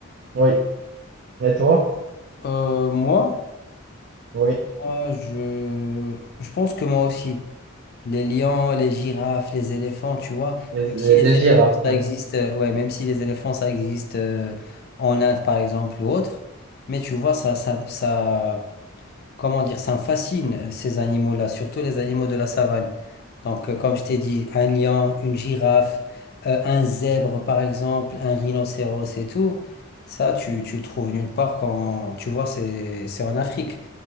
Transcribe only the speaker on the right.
oui. Et toi?
Oui.
Les,
les-
les
girafes,
ouais.